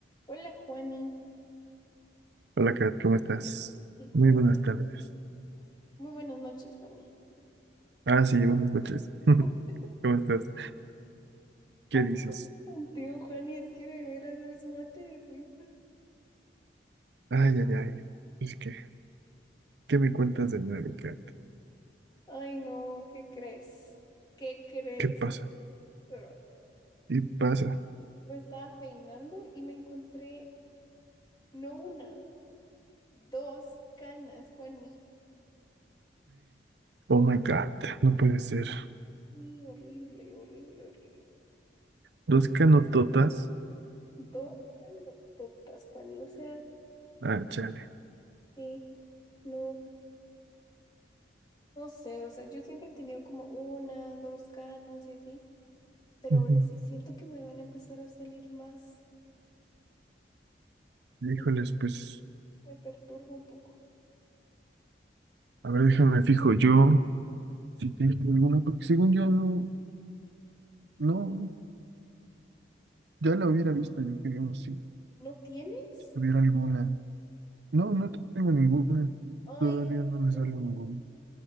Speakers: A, on the left; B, on the right.
A: Hola, Juani.
B: Hola, Kat, ¿cómo estás?
A: Sí, Juan.
B: Muy buenas tardes.
A: Muy buenas noches, Juani.
B: Ah, sí, buenas noches. <laughs>
A: <laughs>
B: ¿Cómo estás? ¿Qué
A: Ay,
B: dices?
A: contigo, Juani, es que de veras eres un mate de risa.
B: Ay, ay, ay. Es que, ¿qué me cuentas de nuevo, Kat?
A: Ay, no, ¿qué crees? ¿Qué crees?
B: ¿Qué pasa?
A: Pero
B: ¿Qué pasa?
A: me estaba peinando y me encontré no una, dos canas, Juani.
B: Oh my God, no puede ser.
A: Sí, horrible, horrible, horrible.
B: Dos canototas.
A: Dos canototas, Juani. O sea,
B: Ah, chale.
A: sí, no, no sé, o sea, yo siempre he tenido como una, dos canas y así. Pero
B: Ujú.
A: ahora sí siento que me van a empezar a salir más
B: Híjoles,
A: y
B: pues,
A: me perturba un poco.
B: a ver, déjame fijo yo si tengo alguna, porque según yo no, no, ya la hubiera visto yo, creo, si,
A: ¿No tienes?
B: si tuviera alguna. No, no tengo ninguna.
A: Ay,
B: Todavía no me
A: Dios,
B: sale ninguna.